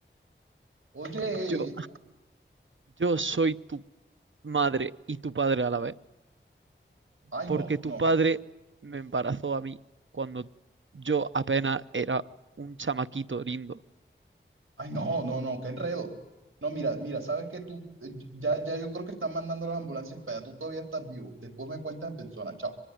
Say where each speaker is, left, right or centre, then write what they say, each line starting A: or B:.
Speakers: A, on the right; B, on the right.
A: Oye,
B: Yo, yo soy tu madre y tu padre a la vez,
A: ay,
B: porque
A: no,
B: tu
A: no.
B: padre me embarazó a mí cuando yo apenas era un chamaquito lindo.
A: Ay, no, no, no, qué enredo. No, mira, mira, sabes que tú, eh, ya, ya yo creo que están mandando las ambulancias para tú todavía estás vivo. Después me cuentas en persona, chao.